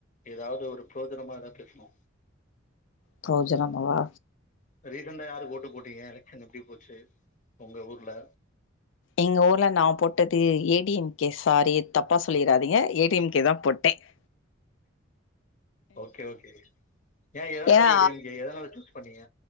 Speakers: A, on the left (about 40°); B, on the left (about 70°).
A: ஏதாது ஒரு பிரயோஜனமா பேசனு
B: பிரயோஜனமாவா
A: இப்ப ரீசெண்டா யாருக்கு ஓட்டு போட்டீங்க எலக்ஷன் எப்டி போச்சி உங்க ஊர்ல
B: எங்க ஊர்ல நா போட்டது A D M K sorry தப்பா சொல்லிராதிங்க ஏ டி எம் கே தா போட்டே போ <unintelligible>
A: ஓகே ஓகே ஏ எதனால
B: ஏன்னா
A: ஏ டி எம் கே எதனால சூஸ் பண்ணீங்க